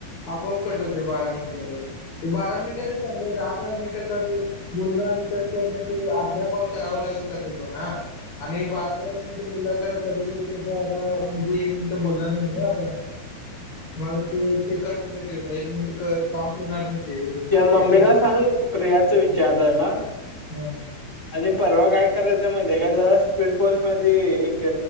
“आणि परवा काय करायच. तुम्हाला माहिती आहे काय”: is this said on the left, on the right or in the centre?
Centre